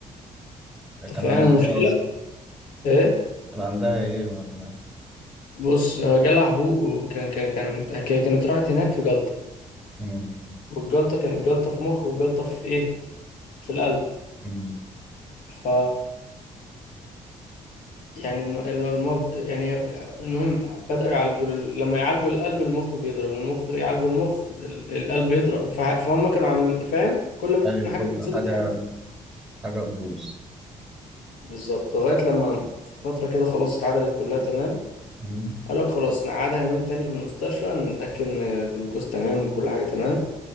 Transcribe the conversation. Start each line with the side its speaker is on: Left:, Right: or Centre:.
Left: أنت
Centre: كان
Left: فاهم
Centre: عندها
Left: المشكلة؟
Centre: ايه اصلا
Left: إيه؟
Centre: كان عندها ايه ولا
Left: بص آه، جالها حبوب كان كان كان هي كانت راحت هناك في جلطة
Centre: مم.
Left: والجلطة كانت جلطة في مخ وجلطة في إيه في القلب
Centre: مم.
Left: ف يعني الم- الم- الموض... يعني ك- إنهم بدأوا يعالجوا ال- لما يعالجوا القلب المخ بيضرب المخ يعالجوا المخ ال- القلب يضرب ف... فهم كانوا عاملين فاهم كل
Centre: ايوه
Left: ما حاجة
Centre: كل
Left: تتظبط
Centre: حاجه
Left: حاجة
Centre: حاجه تبوظ
Left: بالظبط لغاية لما فترة كده خلاص اتعدلت كلها تمام
Centre: مم.
Left: قال لك خلاص نقعدها يومين تاني في المستشفى نتأكد إن الجلوكوز تمام كل حاجة تمام